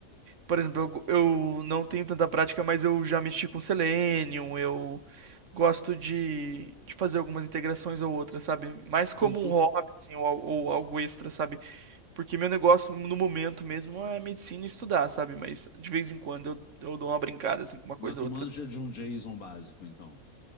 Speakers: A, on the right; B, on the left.
A: Por exemplo, eu, eu não tenho tanta prática, mas eu já mexi com Selenium, eu. Gosto de, de fazer algumas integrações ou outras, sabe? Mais como
B: Então, tu,
A: um hobby, assim, ou, al- ou algo extra, sabe? Porque meu negócio no momento mesmo é medicina e estudar, sabe? Mas de vez em quando eu, eu dou uma brincada, assim, com uma
B: mas
A: coisa
B: tu
A: ou
B: manja
A: outra.
B: de um JSON básico, então.